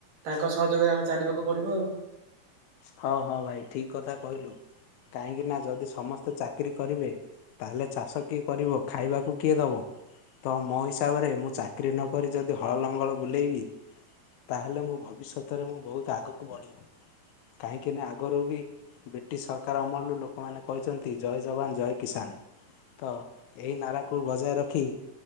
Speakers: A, on the right; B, on the left.
A: ତାଙ୍କ ସହଯୋଗରେ ଆମେ ଚାଲିବାକୁ ପଡିବ ଆଉ।
B: ହଁ, ହଁ ଭାଇ ଠିକ କଥା କହିଲୁ। କାହିଁକି ନା ଯଦି ସମସ୍ତେ ଚାକିରି କରିବେ। ତାହେଲେ ଚାଷ କିଏ କରିବ? ଖାଇବାକୁ କିଏ ଦବ? ତ ମୋ ହିସାବରେ ମୁଁ ଚାକିରି ନକରି। ଯଦି ହଳ ଲଙ୍ଗଳ ବୁଲେଇବି ତାହାଲେ ମୋ ଭବିଷ୍ୟତରେ ମୁଁ ବହୁତ ଆଗକୁ ବଢିବି। କାହିଁକିନା ଆଗରୁ ବି ବ୍ରିଟିଶ ସରକାର ଅମଳରୁ ଲୋକମାନେ କହିଚନ୍ତି ଜୟ ଯବାନ୍, ଜୟ କିଷାନ୍। ତ ଏଇ ନାରାକୁ ବଜାୟ ରଖି।